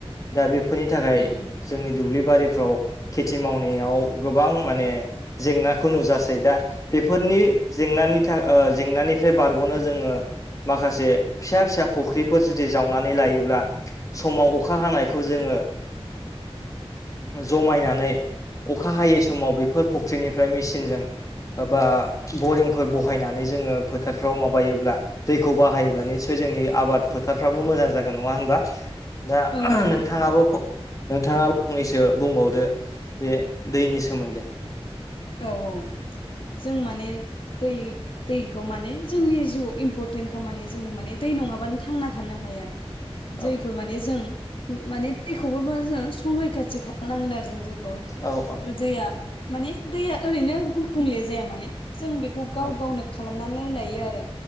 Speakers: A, on the left; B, on the left.
A: दा बेफोरनि थाखाय
B: उम उम
A: जोंनि दुब्लि बारिफ्राव खेथि मावनायाव गोबां माने जेंनाखौ नुजासै दा बेफोरनि जेंनानि थाखाय जेंनानिफ्राय बारग'नो जोङो माखासे फिसा फिसा फुख्रिफोर जुदि जावनानै लायोब्ला समाव अखा हानायखौ जोङो जमायनानै अखा हायै समाव बेफोर फुख्रिनिफ्राय मेसिनजों बबा बरिंफोर बहायनानै जोङो फोथारफ्राव माबायोब्ला दैखौ बाहायोब्ला निस्य जोंनि आबाद फोथारफ्राबो मोजां जागोन नङा होनबा दा
B: औ नंगौ
A: नोंथाङाबो
B: नोंथां
A: नोंथाङा फंनैसो बुंबावदो बे दैनि सोमोन्दै
B: औ औ जों माने दै दैखौ माने जोंनि जिउआव इम्परटेन्ट खा माने जों माने दै नङाबानो थांना थानो हाया
A: औ
B: दैखौ माने जों माने दैखौबो माने जों संरैखाथि खालामनांगोन आरो जों जे खौ
A: औ औ
B: दैया माने दैया ओरैनो गुबुंले जाया माने जों बे खौ गाव
A: औ
B: गावनो खालामनानै लाय लायो आरो